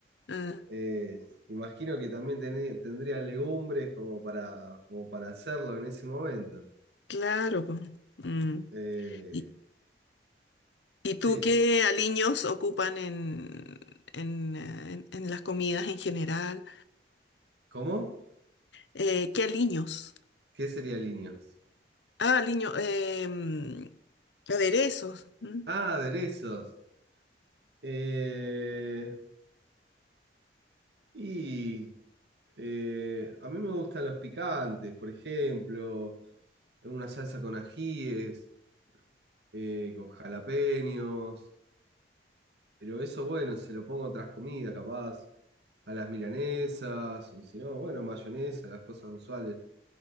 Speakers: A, on the left; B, on the right.
A: Ah,
B: Eh, imagino que también teni- tendrían legumbres como para, como para hacerlo en ese momento.
A: claro. po. Mm.
B: Eh,
A: ¿Y, y tú
B: Sí.
A: qué aliños ocupan en, en, eh, en- en las comidas en general?
B: ¿Cómo?
A: Eh, ¿qué aliños?
B: ¿Qué sería líneas?
A: Ah, aliños, em, aderezos. Mm.
B: Ah, aderezos. Eh, y eh, a mí me gustan los picantes, por ejemplo, una salsa con ajíes, eh, con jalapeños, pero eso, bueno, se lo pongo a otras comidas, capaz, a las milanesas, o si no, bueno, mayonesa, las cosas usuales,